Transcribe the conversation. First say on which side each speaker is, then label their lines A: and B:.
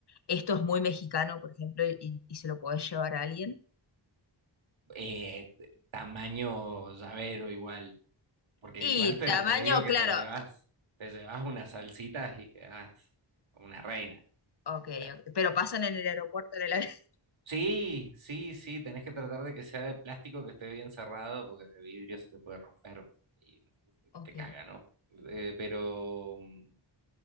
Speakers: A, on the left; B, on the right.
A: esto es muy mexicano, por ejemplo, y, y- y se lo podés llevar a alguien.
B: Eh, tamaño llavero igual, porque
A: Y
B: igual te,
A: tamaño,
B: te digo que
A: claro,
B: te llevas, te llevas unas salsitas y quedas como una reina.
A: ok,
B: O sea,
A: ok, pero pasan en el aeropuerto, en el avión. <laughs>
B: sí, sí, sí, tenés que tratar de que sea de plástico, que esté bien cerrado, porque de vidrio se te puede romper y
A: Ok,
B: te caga, ¿no? Eh, pero mm,